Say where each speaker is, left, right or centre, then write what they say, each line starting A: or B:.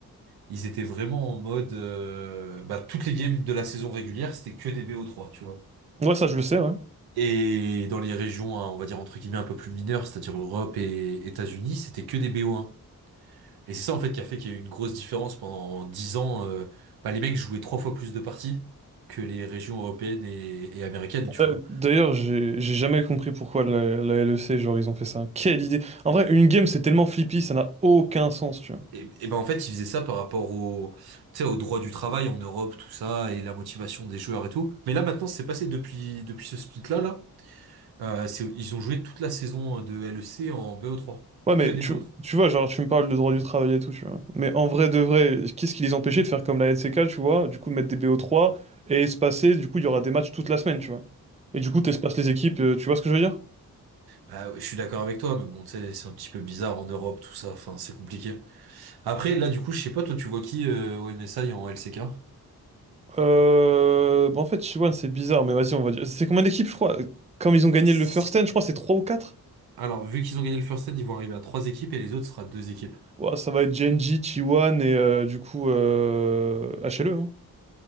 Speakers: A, on the right; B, on the right.
A: ils étaient vraiment en mode. euh, Bah, toutes les games de la saison régulière, c'était que des BO3, tu vois.
B: Ouais, ça, je le sais, ouais.
A: Et dans les régions, hein, on va dire entre guillemets un peu plus mineures, c'est-à-dire Europe et États-Unis, c'était que des BO1. Et c'est ça, en fait, qui a fait qu'il y a eu une grosse différence pendant 10 ans. euh, Bah, les mecs jouaient trois fois plus de parties que les régions européennes et et américaines, tu
B: Euh,
A: vois.
B: D'ailleurs, j'ai j'ai jamais compris pourquoi la, la LEC, genre, ils ont fait ça. Quelle idée! En vrai, une game, c'est tellement flippy, ça n'a aucun sens, tu vois.
A: Et, et ben en fait, ils faisaient ça par rapport au, tu sais, au droit du travail en Europe, tout ça, et la motivation des joueurs et tout. Mais là, maintenant, c'est passé depuis, depuis ce split-là, là. Euh, c'est- ils ont joué toute la saison de LEC en BO3.
B: Ouais, mais
A: Que des
B: tu,
A: BO3.
B: tu vois, genre, tu me parles de droit du travail et tout, tu vois. Mais en vrai, de vrai, qu'est-ce qui les empêchait de faire comme la LCK, tu vois? Du coup, mettre des bo trois et espacer, du coup, il y aura des matchs toute la semaine, tu vois. Et du coup, t'espaces les équipes, euh, tu vois ce que je veux dire?
A: Bah, je suis d'accord avec toi, mais bon, tu sais, c'est un petit peu bizarre en Europe, tout ça. Enfin, c'est compliqué. Après, là, du coup, je sais pas, toi, tu vois qui euh, au MSI en LCK?
B: Euh... Bah, en fait, Chiwan, c'est bizarre, mais vas-y, on va dire. C'est combien d'équipes, je crois? Comme ils ont gagné
A: Si-
B: le first stand,
A: si-
B: je crois, c'est 3 ou 4.
A: Alors, vu qu'ils ont gagné le first set, ils vont arriver à trois équipes et les autres sera deux équipes.
B: Ouah, ça va être Genji, T1 et euh, du coup euh, HLE. hein.